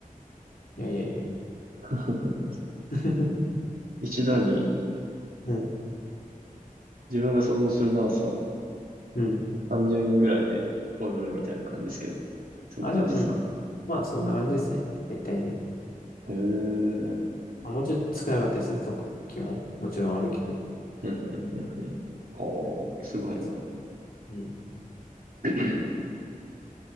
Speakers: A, on the left; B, on the right.
A: いやいやいやいや。
B: <laughs>
A: <laughs>
B: 一度に
A: うん。
B: 自分が想像するダンスは
A: うん。
B: 30人ぐらいで踊るみたいな感じですけど、そんな感じですか。
A: あ、でも、うん。まあ、そんな感じですね。大体ね。
B: へえ。うん、
A: まあ、もうちょっと少なかったりする時も、もちろんあるけど。っ
B: うん、うん、うん。おー、
A: て感じですね
B: すごいな。
A: うん。
B: <clears throat> 自